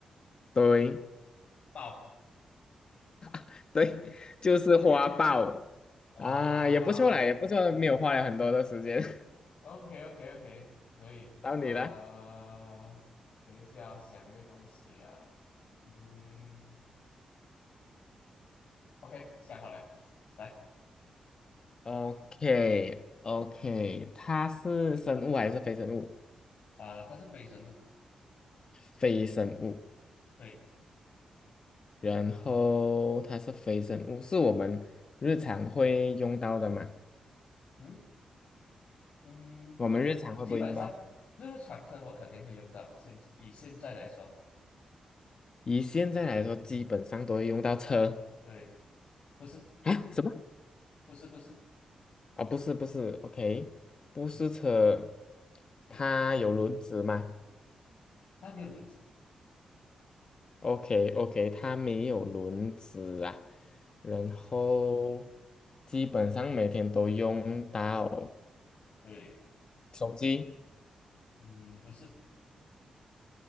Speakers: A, on the left; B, on the left.
A: 对
B: 豹。
A: <laughs>，对，就是花豹
B: OK，哇
A: 啊，也不错啦，也不错，没有花了很多的时间。<laughs>
B: ，OK OK OK，可以，
A: 到你了
B: 呃，等一下要想一个东西啊，嗯，OK，想好了，来，
A: o k o k 它是生物还是非生物？
B: 啊、它是非生物。
A: 非生物，
B: 对，
A: 然后它是非生物，是我们日常会用到的嘛？
B: 嗯嗯，
A: 我们日常会不会用到？
B: 基本上日常可能我肯定会用到。现以现在来说，
A: 以现在来说，基本上都会用到车
B: 对，不是
A: 啊？什么？
B: 不是不是，
A: 啊，不是不是，OK，不是车，
B: 嗯，对，
A: 它有轮子吗
B: 它没有轮子，
A: ？OK OK，它没有轮子啊，然后
B: 嗯，
A: 基本上每天都用到
B: 对，
A: 手机。
B: 嗯，不是，